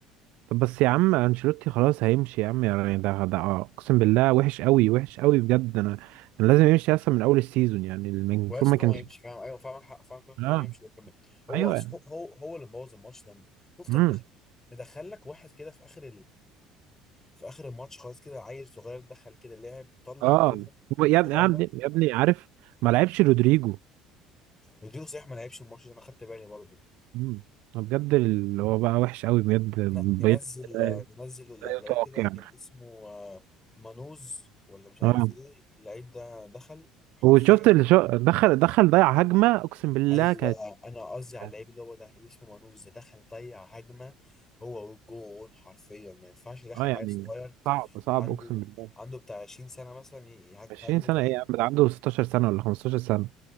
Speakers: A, on the right; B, on the left.
A: طب بس يا عم انشيلوتي خلاص هيمشي يا عم يعني ده ده اقسم بالله وحش قوي وحش قوي بجد انا انا لازم يمشي اصلا من اول السيزون يعني المفروض
B: كويس
A: ما كانش
B: ان هو يمشي فاهم ايوه فاهم حق فاهم كويس
A: اه
B: ان هو يمشي وكمل هو
A: ايوه
B: اصلا هو هو اللي مبوظ الماتش ده شفت
A: امم
B: مدخل مدخل لك واحد كده في اخر في اخر الماتش خالص كده عيل صغير دخل كده لعب طلع
A: اه
B: كوره
A: هو
B: انفرادة
A: يا ابني يا ابني يا ابني عارف ما لعبش رودريجو
B: رودريجو صحيح ما لعبش الماتش ده انا خدت بالي برضه
A: امم بجد اللي هو بقى وحش قوي بجد
B: ن- منزل
A: بيت
B: منزل
A: لا يطاق
B: لعيب كده
A: يعني
B: كان اسمه آه، مانوز ولا مش عارف
A: اه
B: ايه اللعيب ده دخل حرفيا
A: وشفت اللي شو... دخل دخل ضيع هجمة اقسم بالله
B: ايوه
A: كانت
B: انا قصدي على
A: كانت-
B: اللعيب اللي هو ده اللي اسمه مانوز ده دخل ضيع هجمه هو والجون حرفيا ما ينفعش يدخل
A: اه يعني
B: عيل صغير
A: صعب صعب
B: عنده
A: اقسم بالله
B: عنده بتاع 20 سنه مثلا ي-
A: 20
B: يهاجمه
A: سنة
B: زي
A: ايه يا عم ده عنده 16 سنة ولا 15 سنة